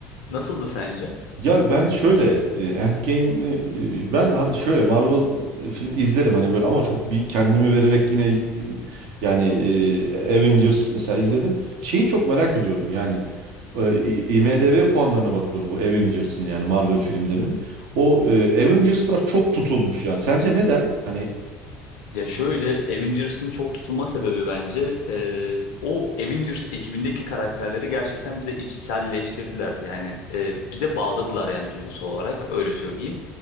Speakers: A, on the left; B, on the right.
A: Nasıldı sence?
B: Ya ben şöyle e, Endgame'i e, ben ha- şöyle Marvel e, film izlerim hani böyle ama çok bir kendimi vererek yine iz- e, yani e, Avengers mesela izledim. Şeyi çok merak ediyorum yani e, i- IMDb puanlarına bakıyorum bu Avengers'ın yani Marvel filmlerinin. O e, Avengers'lar çok tutulmuş yani. Sence neden? Hani
A: Ya şöyle Avengers'ın çok tutulma sebebi bence e, o Avengers ekibindeki karakterleri gerçekten bize içselleştirdiler. Yani e, bize bağladılar yani duygusal olarak öyle söyleyeyim.